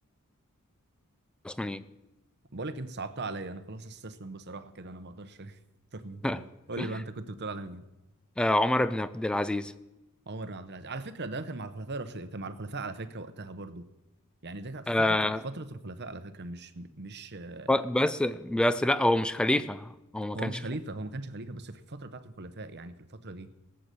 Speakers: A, in the centre; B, on the right.
A: عثمانيين
B: بقول لك انت صعبتها عليا انا خلاص استسلم بصراحه كده انا ما اقدرش <laughs> اكتر من كده
A: <laughs>
B: قول لي بقى انت كنت بتقول على مين
A: آه عمر بن عبد العزيز
B: عمر بن عبد العزيز على فكره ده كان مع الخلفاء الراشدين كان مع الخلفاء على فكره وقتها برضو يعني ده كانت في
A: آه
B: فتره فتره الخلفاء على فكره مش مش آه،
A: ف- بس بس لا هو مش خليفة هو ما
B: هو
A: كانش
B: مش خليفه
A: خليفة
B: هو ما كانش خليفه بس في الفتره بتاعت الخلفاء يعني في الفتره دي